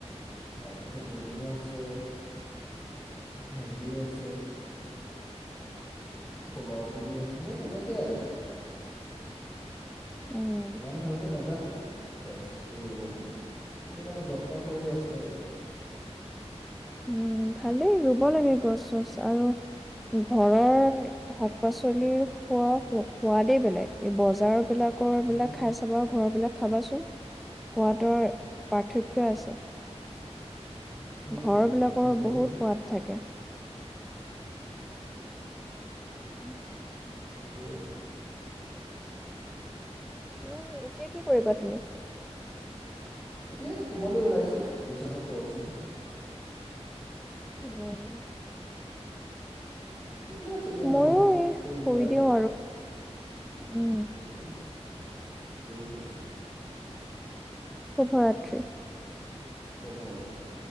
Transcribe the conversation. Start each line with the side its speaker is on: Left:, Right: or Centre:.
Left: তাৰপিছত নেমু আছে, ভেন্দি আছে। ফুলৰ পুলি আছে সেই তেনেকেই আৰু।
Centre: উম,
Left: ইমান ভালকে নাজানো গছ ৰুবলে। কিন্তু মানে যত্ন কৰি আছোঁ আৰু।
Centre: উম, ভালেই ৰুব লাগে গছ, চছ আৰু ঘৰৰ শাক পাচলিৰ খোৱা সো, সোৱাদেই বেলেগ এই বজাৰৰ বিলাক ক'বিলাক
Left: উম।
Centre: খাই চাবা আৰু ঘৰ বিলাক খাবাচোন সোৱাদৰ পাৰ্থক্য আছে।
Left: উম,
Centre: ঘৰৰ
Left: সেইটোতো
Centre: বিলাকৰ
Left: হয়েই
Centre: বহুত সোৱাদ থাকে। উম।
Left: তাকে।
Centre: এ, এতিয়া কি কৰিবা তুমি?
Left: এতিয়াই শুবলৈ ওলাইছোঁ, বিচনাত পৰিছোহি।
Centre: উম।
Left: ঠিকে আছে দিয়া নহ'লে
Centre: ময়ো এই
Left: শুই যোৱা আৰু
Centre: দিওঁ উম
Left: হোম হোম ঠিক আছে
Centre: শুভৰাত্ৰি
Left: শুভৰাত্ৰি